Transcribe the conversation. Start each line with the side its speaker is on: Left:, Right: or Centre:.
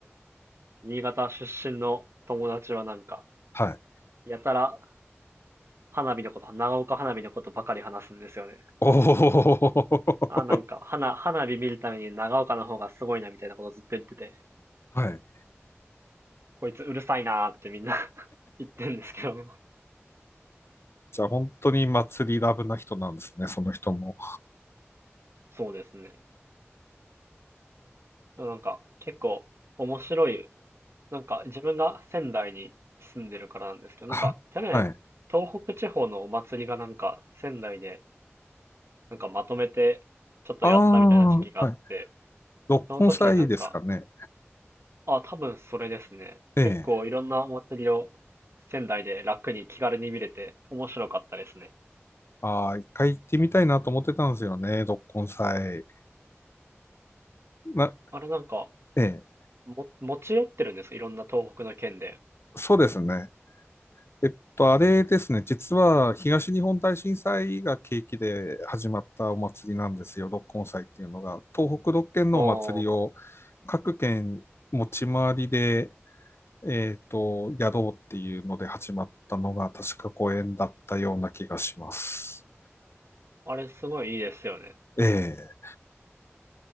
Right: 新潟出身の友達はなんか、
Left: はい。
Right: やたら花火のこと、長岡花火のことばかり話すんですよね。
Left: おー。
Right: あ、なんか、花、花火見るために長岡の方がすごいなみたいなことずっと言ってて、
Left: <laughs> はい。
Right: こいつうるさいなーってみんな <laughs> 言ってるんですけど。
Left: じゃあ本当に祭りラブな人なんですね、その人も。
Right: そうですね。なんか、結構面白い。なんか、自分が仙台に住んでるからなんですけど、
Left: は、
Right: なんか、去年、
Left: はい。
Right: 東北地方のお祭りがなんか、仙台で、なんかまとめて、ちょっとやったみたいな時期があって、
Left: ああ、はい。六根祭ですかね。
Right: その時になんか、あ、多分それですね。
Left: ええ。
Right: 結構いろんなお祭りを仙台で楽に気軽に見れて面白かったですね。
Left: ああ、一回行ってみたいなと思ってたんですよね、六根祭。な、
Right: あれなんか、
Left: ええ。
Right: も、持ち寄ってるんですかいろんな東北の県で。
Left: そうですね。えっと、あれですね。実は東日本大震災が契機で始まったお祭りなんですよ、六根祭っていうのが。東北6県のお祭りを
Right: あ
Left: 各県持ち回りでえっと、やろうっていうので始まったのが確か公演だったような気がします。
Right: あ、あれすごいいいですよね。
Left: ええ